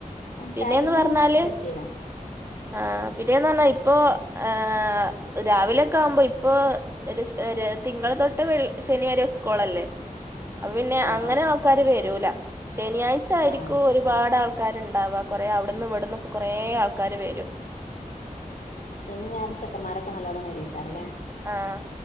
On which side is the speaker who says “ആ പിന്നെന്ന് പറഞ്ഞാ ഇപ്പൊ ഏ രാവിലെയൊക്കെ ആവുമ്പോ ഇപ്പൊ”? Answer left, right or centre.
Right